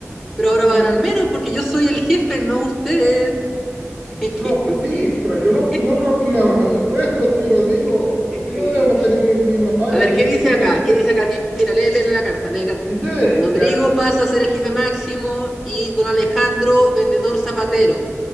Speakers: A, in the centre; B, on the right.
A: pero ahora
B: Pero
A: va
B: me,
A: a ganar menos porque yo soy el jefe, no usted. <laughs> <laughs>
B: no, pues sí, pero yo no, no, no me ha bajado de puesto, señor Rodrigo. ¿Por qué no debo mantener mi misma paga?
A: A ver,
B: Yo
A: ¿qué
B: sigo
A: dice
B: en el
A: acá?
B: puesto.
A: ¿Qué dice acá? Di- Mira, lee, lee la carta, lee la carta.
B: Dice
A: Rodrigo
B: que
A: pasa a ser el jefe máximo y don Alejandro, vendedor zapatero.